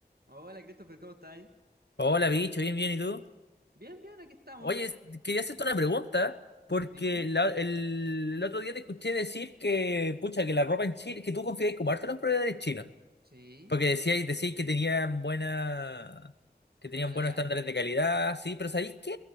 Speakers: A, on the right (about 60°); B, on the left (about 75°).
A: Hola Christopher, ¿cómo estáis?
B: Hola, bicho, bien, bien, ¿y tú?
A: Bien, bien, aquí estamos.
B: Oye, quería hacerte una pregunta, porque
A: <laughs> Dime.
B: la- el, el otro día te escuché decir que, pucha, que la ropa en Chile, que tú confiabas como harto en los proveedores chinos,
A: Sí.
B: porque decías, decías que tenían buena,
A: Control
B: que tenían
A: de calidad.
B: buenos estándares de calidad, sí, pero ¿sabéis qué?